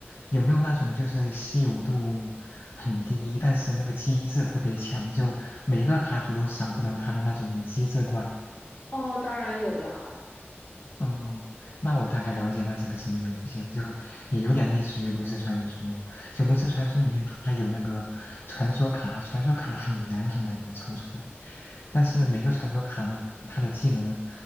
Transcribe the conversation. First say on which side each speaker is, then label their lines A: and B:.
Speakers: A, on the left; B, on the left.
A: 有没有那种就是稀有度很低，但是那个机制特别强，就每一个卡组都少不了它的那种机制怪。
B: 哦，当然有呀。
A: 哦，那我大概了解那是个什么游戏，就也有点类似于炉石传说。就炉石传说里面它有那个传说卡，传说卡很难很难抽出来。但是每个传说卡呢，它的技能